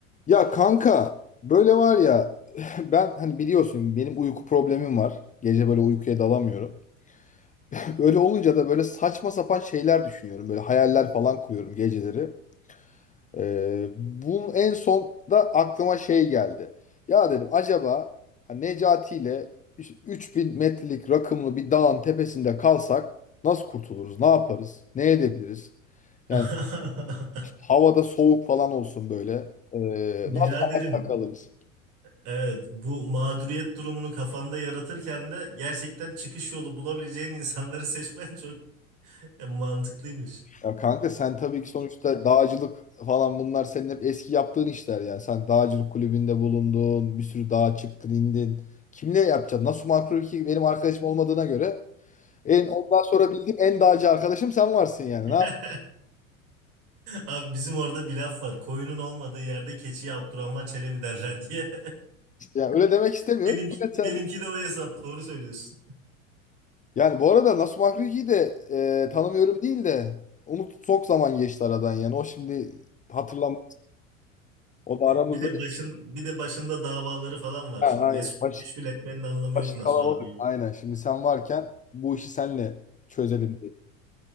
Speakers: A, on the left (about 20°); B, on the right (about 50°).
A: Ya kanka böyle var ya <sighs> <laughs> ben hani biliyorsun benim uyku problemim var. Gece böyle uykuya dalamıyorum. <clears throat> <laughs> Öyle olunca da böyle saçma sapan şeyler düşünüyorum. Böyle hayaller falan kuruyorum geceleri. Ee, bunun en son da aklıma şey geldi. Ya dedim acaba hani Necati ile işte 3000 metrelik rakımlı bir dağın tepesinde kalsak nasıl kurtuluruz? Ne yaparız? Ne edebiliriz? Yani
B: <laughs>
A: havada soğuk falan olsun böyle. Ee,
B: Biraderim,
A: nasıl hayatta kalırız?
B: evet bu mağduriyet durumunu kafanda yaratırken de gerçekten çıkış yolu bulabileceğin insanları seçmen çok e, mantıklıymış.
A: Ya kanka sen tabii ki sonuçta dağcılık falan bunlar senin hep eski yaptığın işler yani. Sen dağcılık kulübünde bulundun, bir sürü dağa çıktın, indin. Kimle yapacaksın? Nasıl makro ki benim arkadaşım olmadığına göre en ondan sonra bildiğim en dağcı arkadaşım sen varsın yani.
B: <laughs>
A: Ne yapmışsın
B: Abi bizim orada bir laf var. Koyunun olmadığı yerde keçiye Abdurrahman Çelebi derler diye.
A: yani? Öyle demek
B: <laughs>
A: istemiyorum.
B: Benimki,
A: Yine sen
B: benimki de o hesap doğru söylüyorsun.
A: yani bu arada Nasu Makruki'yi de e, tanımıyorum değil de unut çok zaman geçti aradan yani. O şimdi hatırlam o da aramızda
B: Bir de başın bir de başında davaları falan var.
A: ha,
B: Şimdi
A: aynen.
B: mes
A: Baş,
B: meşgul etmenin anlamı
A: başı
B: yok nasıl
A: kalabalık.
B: abi.
A: Aynen. Şimdi sen varken bu işi senle çözelim